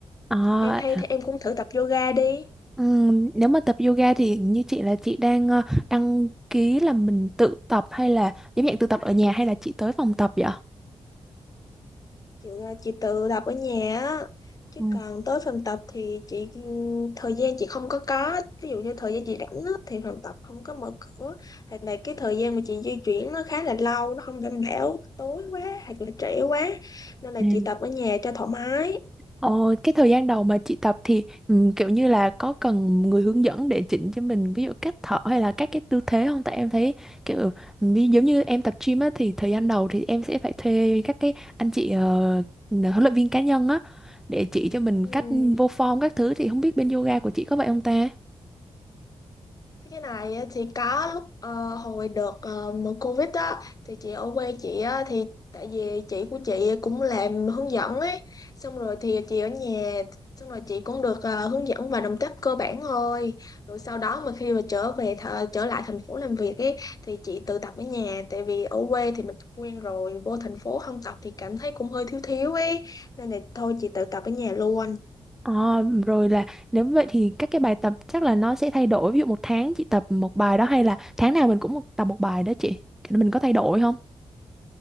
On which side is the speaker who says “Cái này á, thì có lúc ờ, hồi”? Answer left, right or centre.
Left